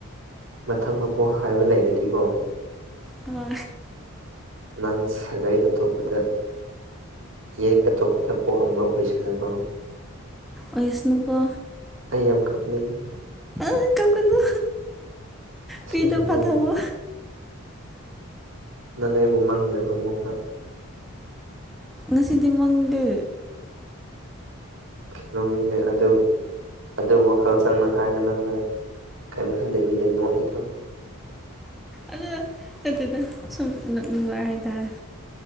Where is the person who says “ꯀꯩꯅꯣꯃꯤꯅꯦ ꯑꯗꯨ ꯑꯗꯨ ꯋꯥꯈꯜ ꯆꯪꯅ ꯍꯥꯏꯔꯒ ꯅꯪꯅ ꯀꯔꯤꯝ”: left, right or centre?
Right